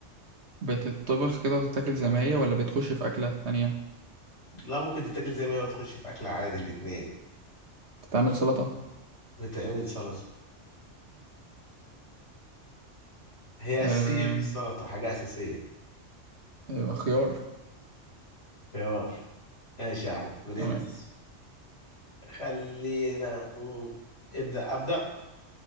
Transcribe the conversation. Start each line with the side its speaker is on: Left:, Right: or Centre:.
Right: بتطبخ كده وتتاكل زي ما هي ولا بتخش في اكله ثانيه
Left: لا ممكن تتاكل زي ما هي وتخش في اكل عادي الاتنين
Right: بتتعمل سلطه
Left: بتعمل سلطه هي
Right: آه
Left: اساسيه في السلطه حاجه اساسيه
Right: آه، خيار
Left: خيار ماشي يا عم برنس
Right: تمام
Left: خلينا نقول- ابدا ابدا